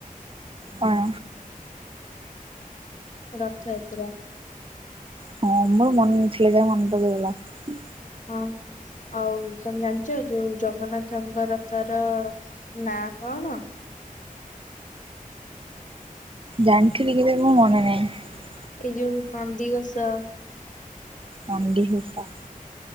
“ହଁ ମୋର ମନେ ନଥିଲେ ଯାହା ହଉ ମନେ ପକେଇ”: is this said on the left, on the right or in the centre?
Right